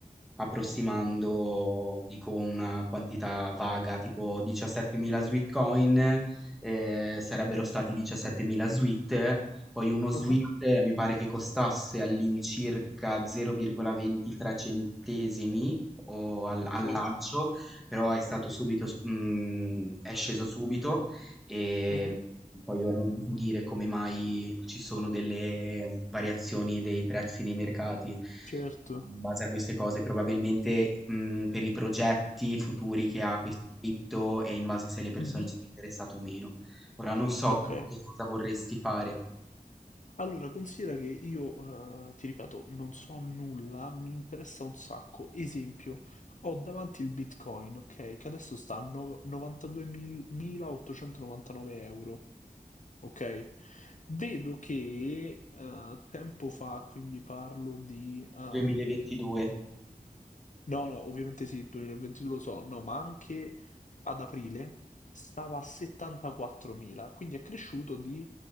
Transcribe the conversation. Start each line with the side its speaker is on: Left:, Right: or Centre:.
Centre: approssimando, dico, una quantità vaga, tipo 17.000 suite coin, eh, sarebbero stati 17.000 suite, poi uno Sweet
Left: Mhm.
Centre: mi pare che costasse all'incirca 0,23 centesimi o al,
Left: Ok,
Centre: al lancio, però è stato subito, s- mm, è sceso subito e
Left: mhm.
Centre: poi ora non ti so dire come mai ci sono delle variazioni dei prezzi nei mercati. In
Left: Certo.
Centre: base a queste cose, probabilmente, mm, per i progetti futuri che ha questo cripto e in base se le persone
Left: Mhm.
Centre: sono interessate o meno. Ora non so
Left: Ok,
Centre: tu che cosa vorresti fare.
Left: allora considera che io, eh, ti ripeto, non so nulla, mi interessa un sacco. Esempio, ho davanti il Bitcoin, ok, che adesso sta a no- 92.899 euro, ok? Vedo che eh, tempo fa, quindi parlo di ehm,
Centre: 2022.
Left: No, no, ovviamente sì, il 2022 lo so, no, ma anche ad aprile stava a 74.000, quindi è cresciuto di